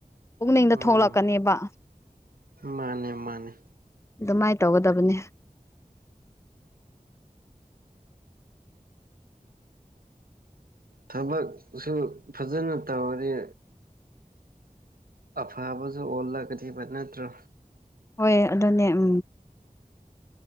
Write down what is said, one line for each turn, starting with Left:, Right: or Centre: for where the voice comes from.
Left: ꯄꯨꯛꯅꯤꯡꯗ
Right: ꯎꯝ
Left: ꯊꯣꯛꯂꯛꯀꯅꯦꯕ
Right: ꯃꯥꯅꯦ ꯃꯥꯅꯦ
Left: ꯑꯗꯨꯃꯥꯏꯅ ꯇꯧꯒꯗꯕꯅꯤ
Right: ꯊꯕꯛꯁꯨ ꯐꯖꯅ ꯇꯧꯔꯗꯤ ꯑꯐꯕꯁꯨ ꯑꯣꯜꯂꯛꯒꯅꯤꯕ ꯅꯠꯇ꯭ꯔꯣ
Left: ꯍꯣꯏ ꯑꯗꯨꯅꯦ ꯎꯝ